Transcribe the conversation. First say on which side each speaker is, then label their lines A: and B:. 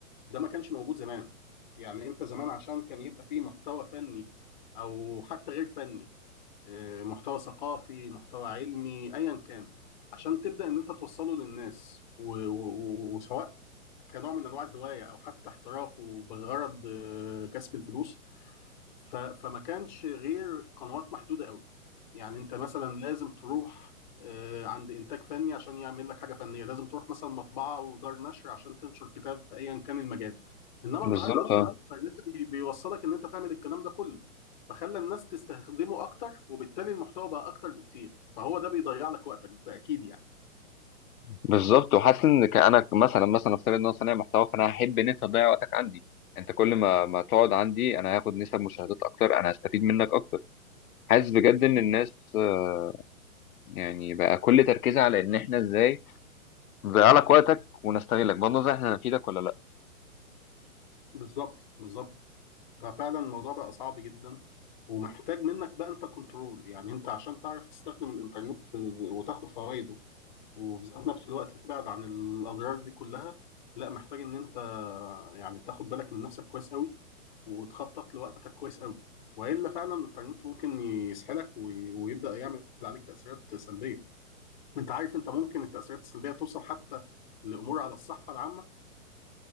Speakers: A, on the left; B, on the left.
A: ده ما كانش موجود زمان يعني انت زمان عشان كان يبقى فيه محتوى فني او حتى غير فني آه، محتوى ثقافي محتوى علمي ايا كان عشان تبدأ ان انت توصله للناس و- و- وسواء كنوع من انواع الهواية او حتى احترافه بغرض آه، كسب الفلوس ف- فما كانش غير قنوات محدودة قوي يعني انت مثلا لازم تروح آه، عند انتاج فني عشان يعمل لك حاجة فنية لازم تروح مثلا مطبعة ودار نشر عشان تنشر كتاب في ايا كان المجال انما
B: بالظبط
A: النهارده انت
B: اه
A: الانترنت بي- بيوصلك ان انت تعمل الكلام ده كله فخلى الناس تستخدمه اكتر وبالتالي المحتوى بقى اكتر بكتير فهو ده بيضيع لك وقتك ده اكيد يعني
B: بالظبط وحاسس ان ك- انا مثلا مثلا افترض ان انا صانع محتوى فانا هحب ان انت تضيع وقتك عندي انت كل ما ما تقعد عندي انا هاخد نسب مشاهدات اكتر انا هستفيد منك اكتر حاسس بجد ان الناس آه، يعني بقى كل تركيزها على ان احنا ازاي نضيع لك وقتك ونستغلك بغض النظر احنا هنفيدك ولا لا
A: بالظبط بالظبط ففعلا الموضوع بقى صعب جدا ومحتاج منك بقى انت كنترول يعني انت عشان تعرف تستخدم الانترنت وتاخد فوائده وفي ذات نفس الوقت تبعد عن الاضرار دي كلها لا محتاج ان انت يعني تاخد بالك من نفسك كويس قوي وتخطط لوقتك كويس قوي والا فعلا الانترنت ممكن يسحلك وي- ويبدا يعمل عليك تاثيرات سلبيه انت عارف انت ممكن التاثيرات السلبيه توصل حتى لامور على الصحه العامه